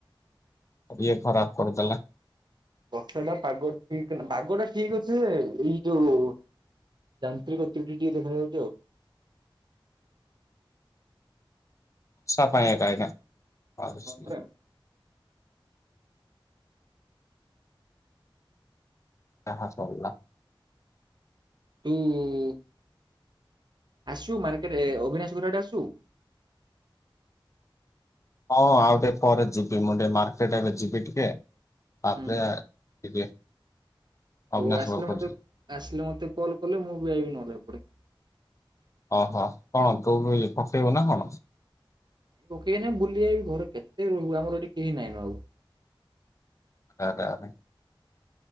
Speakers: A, on the left (about 35°); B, on the right (about 55°).
A: ଇଏ ଖରାପ କରିଦେଲା
B: ବର୍ଷା ଟା ପାଗ ଠିକ ନା ପାଗ ଟା ଠିକ ଅଛି ଯେ ଏଇ ଯୋଉ ଯାନ୍ତ୍ରିକ ଅ ତ୍ରିଟିଟିଏ ଦେଖାଯାଉଚି ଆଉ।
A: <inaudible> ର୍ଷା ପାଇଁ ଏକା ଆଜ୍ଞା
B: ହଁ ପରା
A: ନା ଯାହା ସରଲା।
B: ହୁଁ ହୁଁ ହୁଁ। ଆସୁ ମାନକେଟ ଅବିନାଶ ଘରଆଡେ ଆସୁ
A: ହଁ ଆଉ ଟିକେ ପରେ ଯିବି ମୁଁ ଟିକେ ମାର୍କେଟ ଏବେ ଯିବି ଟିକେ ତାପରେ
B: ହୁଁ
A: ଯିବି ଅବିନାଶ
B: ହଉ ଆସିଲେ
A: ଘରକୁ
B: ମତେ ଆସିଲେ ମତେ କଲ କଲେ ମୁଁ ବିି ଆଇବି ନହଲେ ହେପଟେ
A: ଓହୋ କଣ ତୁ ବି ପକେଇବୁ ନା କଣ?
B: ନାଇ ପକେଇ ନାଇଁ ବୁଲିବା ଘର କେତେ ରହିବ ଆମର ଏଠି କେହି ନାଇଁ ନବାକୁ
A: <unintelligible> ପାଇଁ